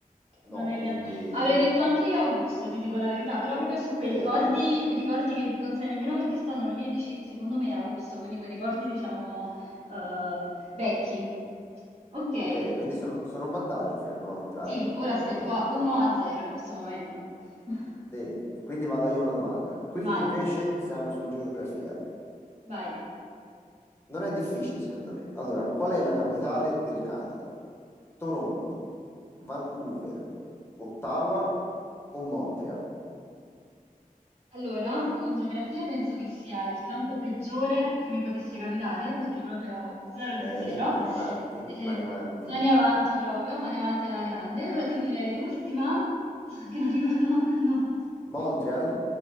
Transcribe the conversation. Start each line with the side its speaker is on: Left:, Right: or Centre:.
Left: no,
Right: Non è evidente.
Left: quindi...
Right: Avrei detto anche io Augusto, ti dico la verità, però proprio su
Left: Ok,
Right: quei ricordi, ricordi che non sai nemmeno perché stanno lì e dici, secondo me è Augusto, quindi quei ricordi diciamo eh, vecchi. Ok,
Left: ok, quindi sono, sono un vantaggio fino a prova contraria.
Right: sì, ora
Left: per-
Right: stai tu a 1 a 0 in questo momento. <laughs>
Left: sì. Quindi vado io con una domanda. Qui
Right: Vai,
Left: invece siamo su geografia.
Right: vai.
Left: Non è difficile secondo me. Allora, qual è la capitale del Canada? Toronto, Vancouver, Ottawa o Montreal?
Right: Allora, in geografia penso che sia il campo peggiore che mi potesse capitare, perché proprio zero
Left: Ok,
Right: di zero.
Left: mani avanti,
Right: Eh,
Left: mani avanti.
Right: mani avanti proprio, mani avanti alla grande, però ti direi l'ultima, <laughs> che non ricordo manco il nome.
Left: Montreal?